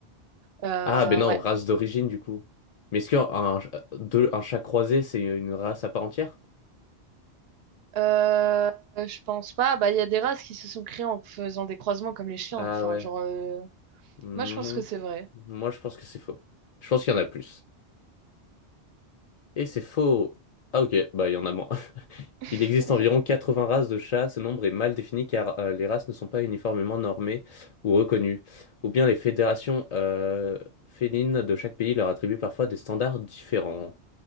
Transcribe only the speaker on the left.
Ah, ben non,
race d'origine, du coup. Mais est-ce qu'un un, deux- un chat croisé, c'est une race à part entière?
Ah
ouais.
Mm.
Moi, je pense que c'est faux. Je pense qu'il y en a plus. Et c'est faux. Ah ok, bah il y en a moins. <laughs>
Il existe environ 80 races de chats. Ce nombre est mal défini car euh, les races ne sont pas uniformément normées ou reconnues. Ou bien les fédérations euh, félines de chaque pays leur attribuent parfois des standards différents.